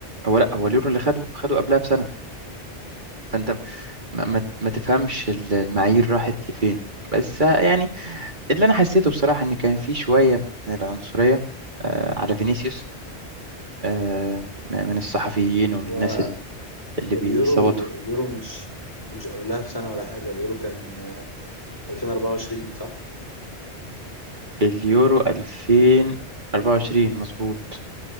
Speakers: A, on the right; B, on the left.
A: هو لا هو اليورو اللي خده خده قبلها بسنه فانت ما, ما, ما تفهمش ال- المعايير راحت لفين بس يعني اللي انا حسيته بصراحه ان كان في شويه من العنصريه آه، على فينيسيوس آه، م- من الصحفيين ومن
B: هو
A: الناس ال- اللي بيصوتوا
B: اليورو اليورو مش مش قبلها بسنه ولا حاجه اليورو كان 2024 صح
A: اليورو 2024 مظبوط